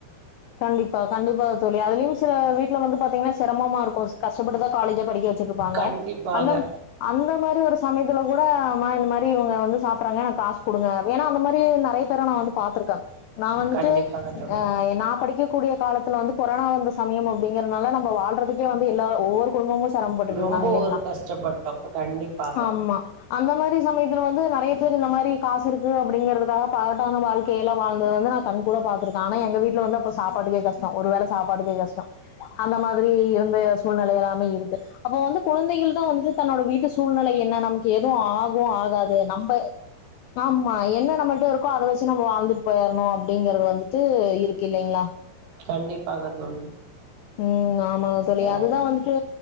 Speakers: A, on the left (about 85°); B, on the right (about 75°).
A: கண்டிப்பா கண்டிப்பா தோழி அதுலயு சில வீட்டு டுல வந்து பாத்தீங்கனா செரமமா இருக்கு கஷ் ப்படிதா காலேஜ் படிக்க வைக் வச்சிட்ருப்பாங்க
B: கண்டிப்பாக
A: அந்த அந்த மாரி ஒரு சமய கூட இந்த மாதிரி இவுங்க வந்து சாப்றாங்க எனக்கு காசு குடுங்க ஏன்னா அந்த மாரி இப்பயு நெறய பேர நா வந்து பாத்துருக்கே நா வந்துட்டு
B: கண்டிப்பாக தோழி
A: அ நா படிக்கக்கூடிய காலத்ல வந்து கொரோனா வந்த சமயம் அப்டிங்குறதுனால நம்ம வாழ்றதுக்கே வந்து எல்லா ஒவ்வொரு குடும்பமு சிரமபட்டு
B: ரொம்ப
A: இருந்தாங்க இல்லைங்ளா
B: ஒரு கஷ்டப்பட்டோ கண்டிப்பாக
A: ஆமா அந்த மாரி சமயத்து வந்து நெறய பேர் இந்த மாரி காசு இருக்கு அப்டிங்குறதுக்காக பகட்டான வாழ்க்கையில வாழ்ந்தது வந்து நா கண் கூட பாத்துருக்கே ஆனா எங்க வீட்ல வந்து அப்ப சாப்பாட்டுக்கே கஷ்டோ ஒரு வேல சாப்பாட்டுக்கே கஷ்டோ அந்த மாரி இருந்த சூழ்நிலை எல்லாமே இருக்கு அப்போ வந்து குழந்தைகள் தா வந்துட்டு தன்னோட வீட்டு சூழ்நிலை என்ன நமக்கு எதுவு ஆகு ஆகாது நம்ப ஆமா என்ன நம்மட்ட இருக்கோ அத வச்சு நம்ம வாழ்ந்து போயர்னு அப்படிங்கறது வந்துட்டு இருக்கு இல்லலைங்களா
B: கண்டிப்பாக தோழி
A: ம் ஆமாங்க தோழி
B: ஏனா
A: அதுதா வந்துட்டு